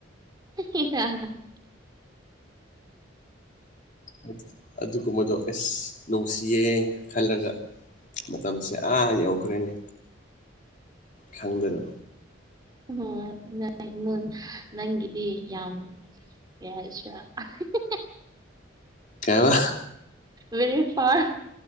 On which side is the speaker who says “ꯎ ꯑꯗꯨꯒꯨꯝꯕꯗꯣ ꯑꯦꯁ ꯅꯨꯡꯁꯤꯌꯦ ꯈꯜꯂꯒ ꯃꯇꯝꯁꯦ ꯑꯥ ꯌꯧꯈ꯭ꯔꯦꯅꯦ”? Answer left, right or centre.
Left